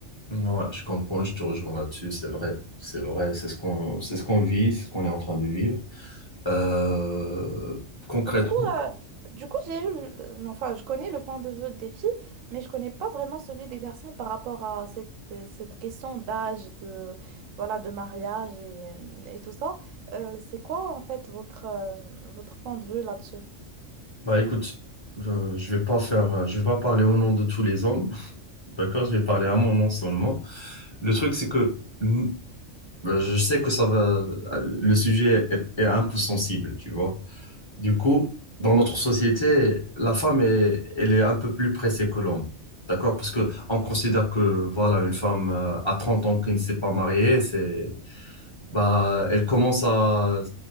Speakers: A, on the left (about 25°); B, on the right (about 85°).
A: Ouais, je comprends, je te rejoins là-dessus, c'est vrai. C'est vrai, c'est ce qu'on, c'est ce qu'on vit, ce qu'on est en train de vivre. Euh, concrètement.
B: Bah, Du coup, euh, du coup, j'ai eu, le- le- enfin, je connais le point de vue des filles, mais je connais pas vraiment celui des garçons par rapport à cette, euh, cette question d'âge, de, voilà, de mariage et, et tout ça. Euh, c'est quoi, en fait, votre, euh, votre point de vue là-dessus?
A: Bah écoute, je, je vais pas faire, euh, je vais pas parler au nom de tous les hommes, <laughs> d'accord? Je vais parler à mon nom seulement. Le truc, c'est que mm, bah, je sais que ça va, euh, le sujet est, est un peu sensible, tu vois. Du coup, dans notre société, la femme est, elle est un peu plus pressée que l'homme. D'accord? Parce que on considère que voilà, une femme euh, à 30 ans qui ne s'est pas mariée, c'est bah elle commence à euh,